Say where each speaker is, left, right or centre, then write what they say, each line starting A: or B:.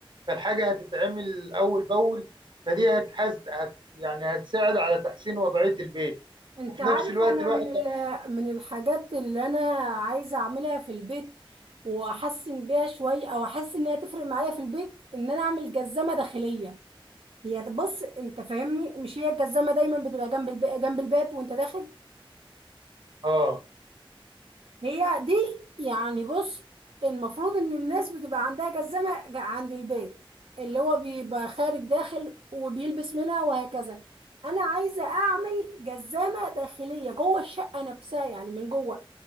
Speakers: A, on the right (about 55°); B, on the right (about 75°).
A: فالحاجة هتتعمل أول بأول فدي هتحز هت يعني هتساعد على تحسين وضعية البيت
B: انت
A: وفي
B: عارف
A: نفس الوقت
B: انا
A: الواحد
B: من ال- من الحاجات اللي انا عايزه اعملها في البيت واحسن بيها شويه او احس انها تفرق معايا في البيت ان انا اعمل جزمه داخليه هي بص انت فاهمني مش هي الجزمه دايما بتبقى جنب الب- جنب الباب وانت داخل
A: اه
B: هي دي يعني بص المفروض ان الناس بتبقى عندها جزمة جا- عند البيت اللي هو بيبقى خارج داخل وبيلبس منها وهكذا انا عايزة اعمل جزمة داخلية جوه الشقة نفسها يعني من جوه